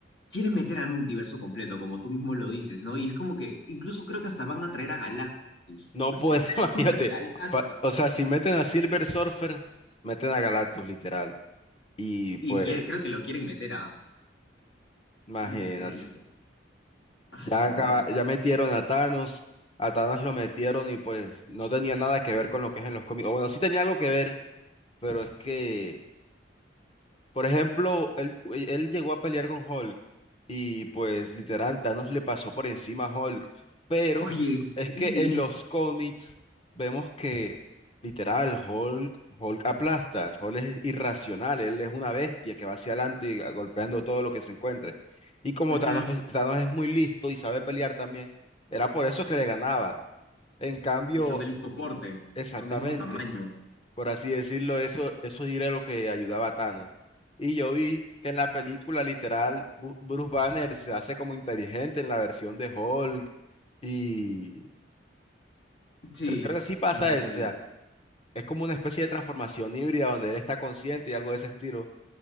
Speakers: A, on the left; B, on the left.
A: quieren meter al multiverso completo, como tú mismo lo dices, ¿no? Y es como que, incluso creo que hasta van a traer a Galactus,
B: No
A: ¿puedes
B: puede,
A: creerlo?
B: <laughs> imagínate.
A: <laughs> O sea, Galactus.
B: fa- O sea, si meten a Silver Surfer, meten a Galactus, literal. Y
A: Y
B: pues...
A: quiere- creo que lo quieren meter a...
B: Imagínate.
A: Qué increíble, bro. Ah,
B: Ya,
A: su
B: acaba-
A: no va a ser.
B: ya metieron a Thanos, a Thanos lo metieron y pues no tenía nada que ver con lo que es en los cómics. O bueno, sí tenía algo que ver, pero es que por ejemplo, él, él llegó a pelear con Hulk y pues literal Thanos le pasó por encima a Hulk, pero
A: Oye,
B: es
A: sí.
B: que en los cómics vemos que literal Hulk, Hulk aplasta, Hulk es irracional, él es una bestia que va hacia adelante y golpeando todo lo que se encuentre. Y como
A: Ujú.
B: Thanos es, Thanos es muy listo y sabe pelear también, era por eso que le ganaba. En cambio,
A: Y son del mismo porte,
B: exactamente
A: son del mismo tamaño.
B: por así decirlo, eso, eso era lo que ayudaba a Thanos. Y yo vi que en la película literal, Bu- Bruce Banner se hace como inteligente en la versión de Hulk y
A: Sí,
B: creo, creo que sí
A: sí,
B: pasa
A: sí,
B: eso,
A: sí.
B: o sea, es como una especie de transformación híbrida donde él está consciente y algo de ese estilo.